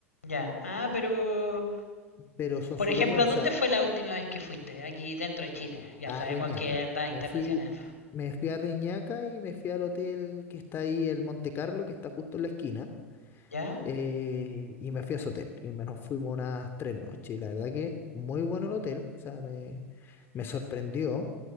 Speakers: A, on the left; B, on the left.
A: Ya, ah, pero,
B: pero son
A: por
B: súper
A: ejemplo,
B: buenos.
A: ¿a dónde fue la última vez que fuiste? Aquí dentro de Chile. Ya
B: a
A: sabemos
B: Reñaca.
A: que andas internacional.
B: Me fui, me fui a Reñaca y me fui al hotel que está ahí, el Monte Carlo, que está justo en la esquina.
A: ¿Ya?
B: eh, y me fui a ese hotel. Y me nos fuimos unas tres noches. Y la verdad que muy bueno el hotel. O sea, me, me sorprendió.